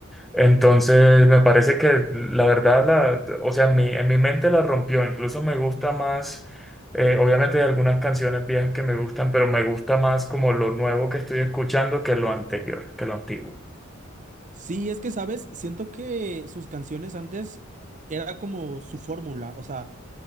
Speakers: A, in the centre; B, on the right.
A: Entonces me parece que la verdad, la, o sea, en mi, en mi mente la rompió, incluso me gusta más, eh, obviamente hay algunas canciones viejas que me gustan, pero me gusta más como lo nuevo que estoy escuchando que lo anterior, que lo antiguo.
B: Sí, es que, ¿sabes? Siento que sus canciones antes era como su fórmula, o sea,